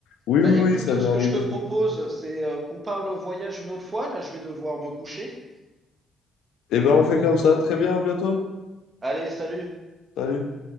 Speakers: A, on the left (about 85°); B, on the right (about 30°).
A: Oui,
B: Bah
A: oui,
B: écoute,
A: oui, ça m'est
B: ce
A: arrivé.
B: que je te propose, c'est euh, qu'on parle voyage une autre fois. Là, je vais devoir me coucher.
A: Et ben on fait comme ça. Très bien, à bientôt.
B: Allez, salut.
A: Salut.